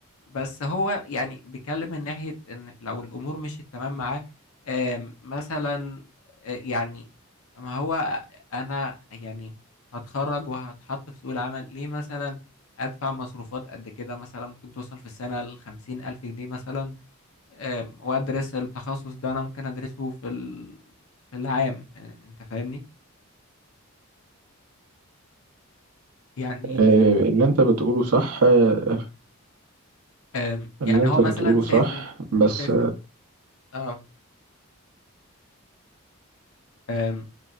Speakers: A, on the left; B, on the right.
A: بس هو يعني بيتكلم من ناحية ان لو الامور مشيت تمام معاه آم، مثلا آه، يعني ما هو انا يعني هتخرج وهتحط في سوق العمل ليه مثلا ادفع مصروفات قد كده مثلا ممكن توصل في السنة لخمسين الف جنيه مثلا أم، وادرس التخصص ده انا ممكن ادرسه في ال... في العام أ- انت فاهمني يعني
B: آه،
A: في
B: اللي انت بتقوله صح آه،
A: أم،
B: اللي
A: يعني
B: انت
A: هو مثلا
B: بتقوله
A: شايف
B: صح
A: ان
B: بس
A: شايف ان اه أم،